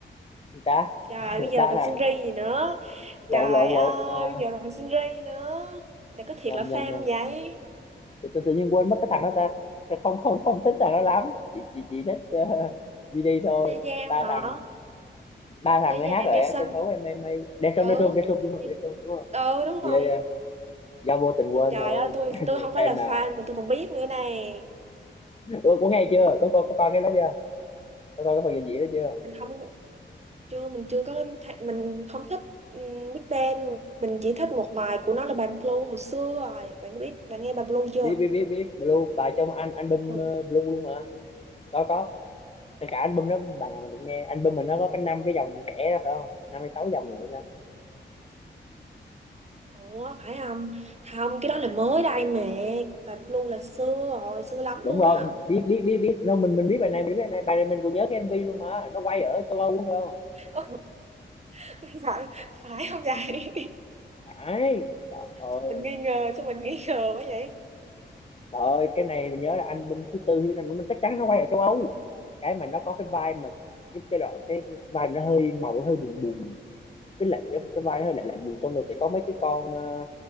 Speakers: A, on the left (about 30°); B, on the right (about 35°).
A: ta
B: Trời bây giờ
A: ba
B: còn
A: thằng
B: Seung ri gì nữa.
A: lộn
B: Trời
A: lộn
B: ơi
A: lộn à,
B: bây giờ còn Seung ri nữa. Bạn có thiệt
A: nhầm
B: là fan
A: nhầm nhầm
B: không vậy?
A: tự, tự, tự nhiên quên mất cái thằng đó ta Ta không không không thích thằng đó lắm chị chị chị thích uh, GD thôi
B: Tê Giang
A: ba
B: hả?
A: thằng ba thằng
B: Tê
A: lấy
B: Giang
A: hát ở
B: Daesun.
A: sân khấu em a em A Daesung
B: Ừ.
A: Daesung Daesung đúng rồi
B: thì-
A: Daesung đúng rồi
B: Ừ đúng
A: yeah,
B: rồi.
A: yeah. do vô tình quên
B: Trời
A: thôi
B: ơi tôi
A: <laughs>
B: tôi không phải
A: fan
B: là fan
A: mà
B: mà tôi còn biết nữa nè.
A: Ủa, có nghe chưa có coi có coi cái đó chưa có coi cái phần trình diễn đó chưa
B: Mình không chưa mình chưa có th- mình không thích ừm, Big Bang. Mình chỉ thích một bài của nó là bài Blue hồi xưa rồi. Bạn biết bạn nghe bài Blue chưa?
A: biết biết biết biết Blue bài trong anh album
B: Ừ.
A: ờ, Blue luôn mà có có cả, cả album đó bài nào mình cũng nghe album mình nó có cái năm cái dòng trẻ đó phải không năm hay sáu dòng gì nữa đó. ra.
B: Ủa phải không? Không, cái đó là mới đây mẹ. Bà Blue là xưa rồi, xưa lắm
A: đúng
B: luôn
A: rồi
B: á.
A: biết biết biết biết nó mình mình biết bài này mình biết bài này bài này mình còn nhớ cái MV luôn mà nó quay ở châu Âu đúng không
B: Ừ, <laughs> phải, phải không vậy? <laughs>
A: phải trời ơi
B: Sao mình nghi ngờ, sao mình nghi ngờ quá vậy?
A: trời ơi cái này mình nhớ là album thứ tư thứ năm nó chắc chắn nó quay ở châu Âu cái mà nó có cái vai mà cái cái đó cái, cái vai mà nó hơi màu nó hơi buồn buồn cái lạnh cái cái vai nó hơi lạnh lạnh buồn xong rồi sẽ có mấy cái con ờ,